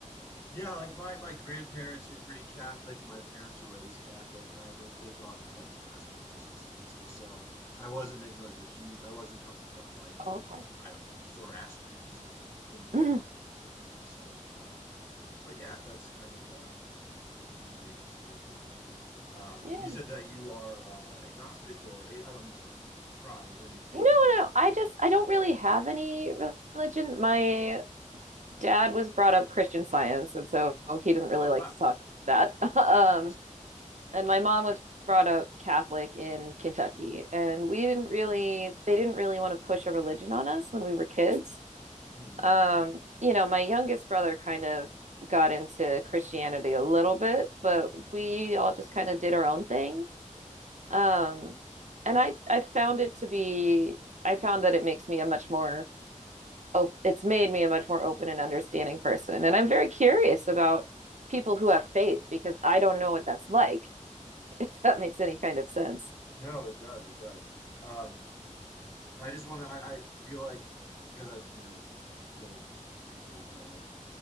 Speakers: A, on the left; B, on the right.
A: yeah, like my my grandparents were pretty Catholic, and my parents were raised Catholic, and I went. They brought me to like mass and like Christmas and Easter, so I wasn't making like a huge. I wasn't coming from like
B: Oh, okay.
A: I don't know Zoroastrianism into
B: Mm-hmm.
A: Catholicism, you know. So, um, but yeah, that's kind of uh, kind of my spiritual journey. Um,
B: Yeah.
A: you said that you are uh, agnostic, or eh, I don't mean to pry or anything,
B: No, no.
A: but
B: I just I don't really have any religion. My dad was brought up Christian science, and so he doesn't really
A: oh
B: like
A: wow,
B: to talk about that. <laughs> um,
A: gotcha.
B: and my mom was brought up Catholic in Kentucky, and we didn't really, they didn't really want to push a religion on us when we were kids.
A: hmm
B: Um, you know, my youngest brother kind of got into Christianity a little bit, but we all just kind of did our own thing. Um, and I, I found it to be, I found that it makes me a much more op- it's made me a much more open and understanding person. And I'm very curious about people who have faith because I don't know what that's like, <laughs> if that
A: Yeah,
B: makes any kind of sense.
A: no, it does, it does. Um, I just want to. I, I feel like because I've you know told people about like